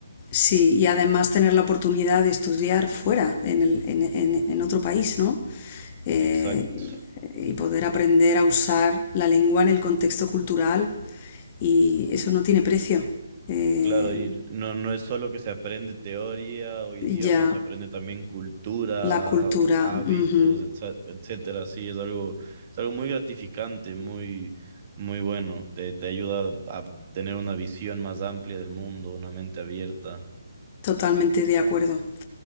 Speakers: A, on the left; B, on the right.
A: Sí, y además tener la oportunidad de estudiar fuera, en, el- en- en- en otro país, ¿no? Eh,
B: Exacto.
A: y poder aprender a usar la lengua en el contexto cultural y eso no tiene precio. Eh,
B: Claro, y no, no es solo que se aprende teoría o idioma,
A: ya,
B: se aprende también cultura,
A: la cultura,
B: hábitos,
A: ujú,
B: etsa- etcétera. Sí, es algo, es algo muy gratificante, muy, muy bueno. Te, te ayuda a tener una visión más amplia del mundo, una mente abierta.
A: totalmente de acuerdo.